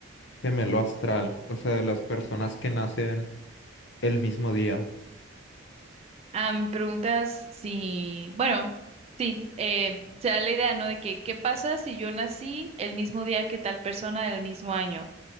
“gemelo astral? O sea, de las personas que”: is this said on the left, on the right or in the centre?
Left